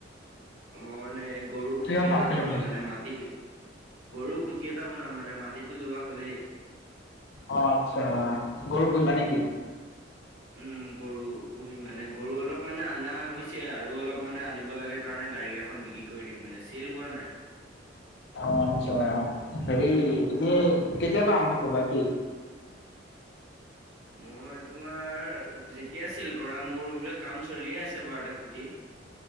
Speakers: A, on the right (about 80°); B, on the left (about 65°).
A: মই মানে এই গৰু খুটি
B: কিহৰ ফাৰ্ম
A: এটা
B: খুলিম
A: বনাম
B: বুলি ভাবিছা?
A: মানে মাটিটো গৰু খুটি এটা বনাম মানে মাটিতটো লোৱা হলেই
B: অ আচ্ছা গৰু পুহিবা নেকি।
A: উ গৰু পুহিম মানে গৰু অলপ মানে অনা হৈছে আৰু অলপ মানে আনিব লাগে কাৰণে গাড়ী কেইখন বিক্ৰী কৰি দিম মানে চেল হোৱা নাই।
B: অ আচ্ছা হেৰি তুমি কেতিবা আৰম্ভ কৰিবা কি
A: মই তোমাৰ যেতিয়া ছিল কৰা মোৰ বোলে কাম চলিয়ে আছে বাৰুতে খুটিৰ